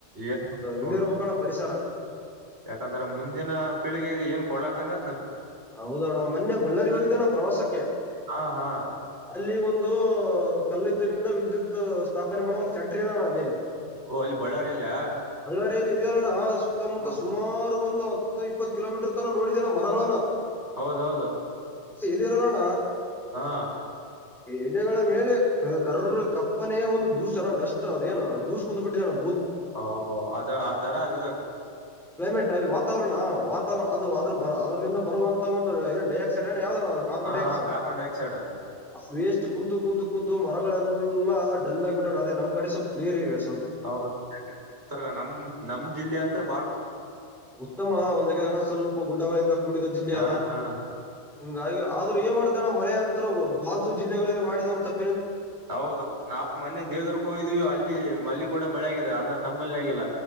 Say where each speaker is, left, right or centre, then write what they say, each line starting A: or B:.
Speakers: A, on the right; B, in the centre.
A: ಏನ್ ಮಾಡ್ಬೇಕ್
B: ಇಲ್ಲಿ
A: ನೋಡ್
B: ಇರ್ಬೇಕಣ ಪರಿಸರ
A: ಯಾಕಂದ್ರ ಮುಂದಿನ ಪೀಳಿಗೆಗೆ ಏನ್ ಕೊಡ್ಲಾರ್ದಂಗ
B: ಹೌದಣ ಮೊನ್ನೆ ಬಳ್ಳಾರಿ ಹೋಗಿದ್ದಣ ಪ್ರವಾಸಕ್ಕೆ
A: ಹಾ ಹಾ
B: ಅಲ್ಲಿ ಒಂದು ಕಲ್ಲಿದಲಿಂದ ವಿದ್ಯುತ್ ಸ್ಥಾಪನೆ ಮಾಡೋವ ಒಂದು ಫ್ಯಾಕ್ಟರಿ ಅದಣ ಅಲ್ಲಿ
A: ಓ ಅಲ್ಲಿ ಬಳ್ಳಾರಿಯಲ್ಲ
B: ಬಳ್ಳಾರಿಯಲ್ಲಿ ಇದೆಯಲ್ಲಣ ಆದ್ರ ಸುತ್ತಮುತ್ತ
A: ಹಾ.
B: ಸುಮಾರು ಒಂದು ಒಂದು ಹತ್ತು ಇಪ್ಪತ್ತು ಕಿಲೋಮೀಟರ್ ತನ ನೋಡಿದೇನನೆ ಮರಗಳನ
A: ಹೌದೌದು
B: ಇರಲ್ಲಣ
A: ಹಾ
B: ಎಲೆಗಳ ಮೇಲೆ ಕರ್ರ ಕಪ್ಪನೇಯ ಒಂದು ದೂಸ್ ಅಣ್ಣ ಡಸ್ಟ್ ಅದೇನು ದೂಸ್ ಕುಂತ್ ಬಿಟ್ಟಿದೆಣ್ಣ
A: ಅ ಆ ಅದ ತರ ಅದ್ಬೇಕ್
B: ಕ್ಲೈಮೇಟ್ ಅಲ್ಲಿ ವಾತಾವರಣ ವಾತ ಅದು ಅದ್ರ ಬರ್ ಅದ್ರಿಂದ ಬರುವಂತ ಒಂದು ಏನ್ ಡೈ ಆಕ್ಸೈಡ್ ಯಾವದ ಅಣ ಅದು ಕಾರ್ಬನ್
A: ಹಾ
B: ಡೈಆಕ್ಸೈಡ್
A: ಹಾ ಕಾರ್ಬನ್ ಡೈಆಕ್ಸೈಡ್
B: ಅ ವೇಸ್ಟ್ ಕುಂತು ಕುಂತ್ ಕುಂತು ಮರಗಳೆಲ್ಲ ಡಲ್ ಆಗ್ಬಿಟ್ಟಾವಣ ಅದೆ ನಮ್ಕಡೆ ಸ್ವಲ್ಪ್ ಕ್ಲಿಯರ್ ಇವೆ ಅಷ್
A: ಹೌದ ಅಂತ್ರ್ ನಮ್ ನಮ್ ಜಿಲ್ಲೆ ಅಂತರ್
B: ಉತ್ತಮ ಒಂದುಕ ಹಣ ಸ್ವಲ್ಪ ಗುಡ್ಡಗಳಿಂದ ಕೂಡಿದ ಜಿಲ್ಲೆಯಾದ
A: ಹಾ ಹಾ
B: ಹಿಂಗಾಗಿ ಆದ್ರು ಏನ್ ಮಾಡ್ತೀಯ ಅಣ ಮಳೆ ಅಂತೃ ಬಾಜು ಜಿಲ್ಲೆಗಳಲ್ಲಿ ಮಾಡಿದ ಒಂತ ತಪ್
A: ಹೌದೌದು ನಾವು ಮೊನ್ನೆ ದೇವ್ದುರ್ಗ್ ಕ್ಕೋಗಿದ್ವಿ ಅಲ್ಲಿ ಅಲ್ಲಿ ಕೂಡ ಮಳೆ ಆಗಿದೆ ಅಂದ್ರೆ ನಮ್ಮಲ್ಲಾಗಿಲ್ಲ